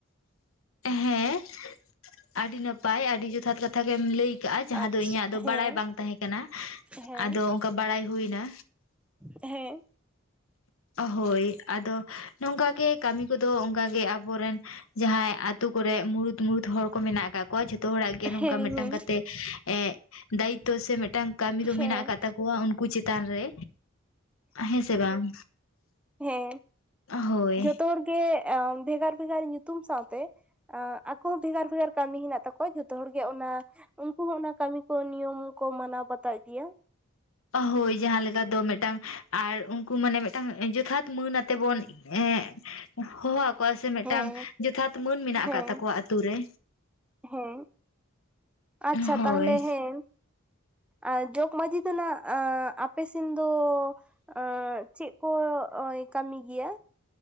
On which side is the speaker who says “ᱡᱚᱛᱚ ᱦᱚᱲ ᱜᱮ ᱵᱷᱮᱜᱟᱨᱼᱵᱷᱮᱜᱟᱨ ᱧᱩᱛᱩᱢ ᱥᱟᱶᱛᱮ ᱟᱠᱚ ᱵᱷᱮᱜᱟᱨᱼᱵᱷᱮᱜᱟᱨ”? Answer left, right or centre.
Centre